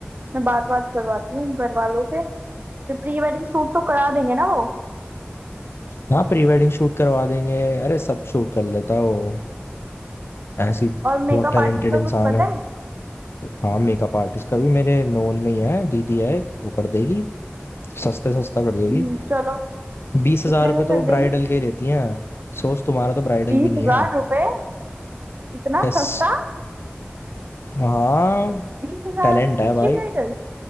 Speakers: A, on the right; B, on the left.
A: मैं बात बात करवाती हूँ घर वालों से फिर प्री वेडिंग शूट तो करा देंगे ना वो
B: हाँ प्री वेडिंग शूट करवा देंगे अरे सब शूट कर लेता है वो ऐसी
A: और मेकअप
B: बहुत टैलेंटेड
A: आर्टिस्ट का
B: इंसान
A: कुछ पता
B: है
A: है
B: हाँ मेकअप आर्टिस्ट का भी मेरे नोन में ही है दीदी है एक, वो कर देगी सस्ते सस्ता कर देगी
A: हम्म, चलो
B: बीस
A: कितने
B: हजार रुपये
A: में
B: तो
A: कर
B: वो
A: देंगे
B: ब्राइडल के ही लेती हैं सोच तुम्हारा तो ब्राइडल
A: बीस
B: भी नहीं
A: हजार
B: है
A: रुपए इतना
B: यस
A: सस्ता
B: हाँ
A: बीस हजार
B: टैलेंट
A: में सच्ची
B: है भाई
A: ब्राइडल